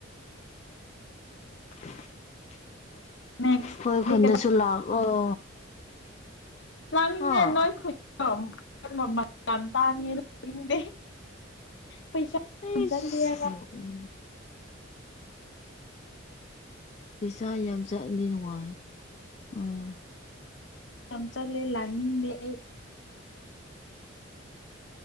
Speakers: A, on the left (about 35°); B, on the left (about 65°).
A: <unintelligible>
B: <inaudible>
A: ꯑꯩꯈꯣꯏ
B: ꯀꯩ
A: ꯈꯨꯟꯗꯁꯨ ꯂꯥꯛꯑꯣ
B: ꯂꯥꯛꯅꯤꯅꯦ
A: ꯑ
B: ꯅꯣꯏ ꯈꯨꯟ <unintelligible> ꯅꯤꯡꯗꯦ ꯄꯩꯁꯥ
A: ꯑꯩꯁ
B: ꯌꯥꯝ ꯆꯠꯂꯦꯕ
A: ꯅꯣꯛꯅꯤꯡ ꯄꯤꯁꯥ ꯌꯥꯝ ꯆꯠꯑꯗꯤ ꯅꯨꯡꯉꯥꯏꯌꯦ ꯑꯥ꯫
B: ꯌꯥꯝ ꯆꯠꯂꯦ ꯂꯥꯛꯅꯤꯡꯗꯦ ꯑꯩ꯫